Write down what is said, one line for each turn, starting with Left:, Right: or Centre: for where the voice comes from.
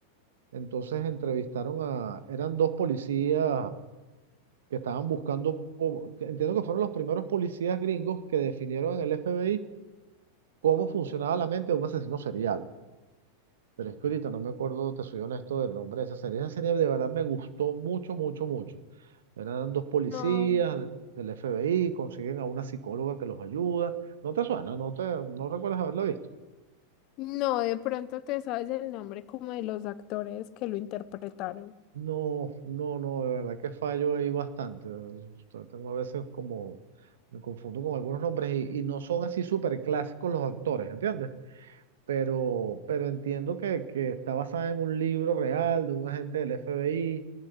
Right: Entonces entrevistaron a, eran dos policías que estaban buscando, cómo- que entiendo que fueron los primeros policías gringos que definieron en el FBI cómo funcionaba la mente de un asesino serial. Pero es que ahorita no me acuerdo, te soy honesto, del nombre de esa serie. Esa serie de verdad me gustó mucho, mucho, mucho. Eran dos policías
Left: No,
Right: de- del FBI, consiguen a una psicóloga que los ayuda. ¿No te suena? ¿No te, no recuerdas haberlo visto?
Left: no, de pronto te sabes el nombre como de los actores que lo interpretaron.
Right: No, no, no, de verdad que fallo ahí bastante. O sea, Tengo a veces como, me confundo con algunos nombres y, y no son así súper clásicos los actores, ¿entiendes? Pero, pero entiendo que, que está basada en un libro real de un agente del FBI